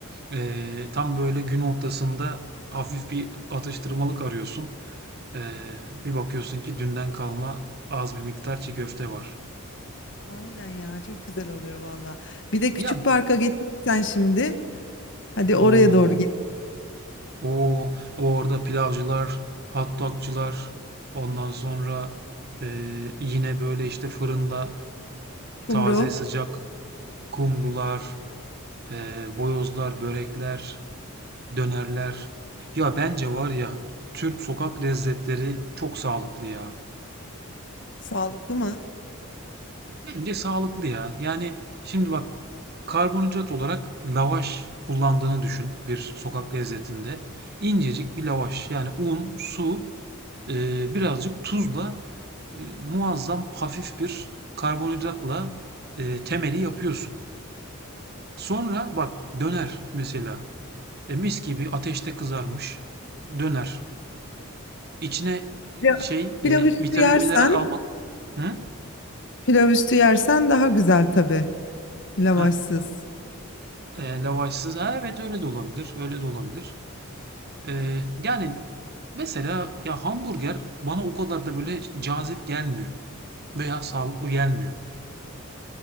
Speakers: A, on the right; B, on the left.
A: Eee, tam böyle gün ortasında hafif bir atıştırmalık arıyorsun. Eee, bir bakıyorsun ki dünden kalma az bir miktar çiğ köfte var.
B: Aynen ya, çok güzel oluyor valla. Bir de küçük
A: Ya
B: parka geçsen şimdi. Hadi
A: o
B: oraya doğru git.
A: o orada pilavcılar, hot dogcular, ondan sonra eee, yine böyle işte fırında
B: Kumru,
A: taze sıcak kumrular, eee, boyozlar, börekler, dönerler. Ya bence var ya Türk sokak lezzetleri çok sağlıklı ya.
B: sağlıklı mı?
A: Bence sağlıklı ya. Yani şimdi bak karbonhidrat olarak lavaş kullandığını düşün bir sokak lezzetinde. İncecik bir lavaş. Yani un, su, e, birazcık tuzla e, muazzam hafif bir karbonhidratla e, temeli yapıyorsun. Sonra bak döner mesela. E, mis gibi ateşte kızarmış döner. İçine
B: Pilav,
A: şey e,
B: pilav
A: vitamin
B: üstü yersen,
A: mineral almak. Hı?
B: pilav üstü yersen daha güzel tabii. Lavaşsız.
A: Ha, e, lavaşsız. Ha, evet öyle de olabilir. Öyle de olabilir. Ee, yani mesela ya hamburger bana o kadar da böyle cazip gelmiyor veya sağlıklı gelmiyor.